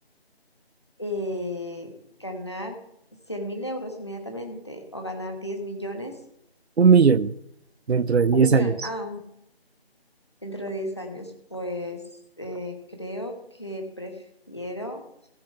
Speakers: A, on the left; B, on the right.
A: Eh, ¿ganar cien mil euros inmediatamente o ganar 10 millones?
B: Un millón dentro de 10
A: Un millón,
B: años.
A: ah, un- dentro de 10 años. Pues eh, creo que prefiero...